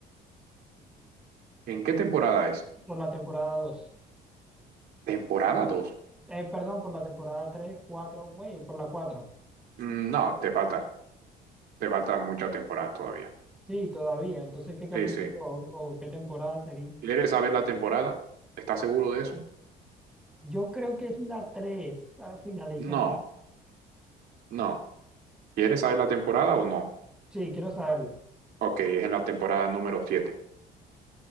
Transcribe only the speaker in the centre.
por la temporada dos
Eh, perdón, por la temporada 3 4 güey, por la cuatro
Sí, todavía. Entonces, ¿qué capítulo
o o qué temporada sería?
Yo creo que es la tres ¿sabes? finalizando.
Sí, quiero saberla.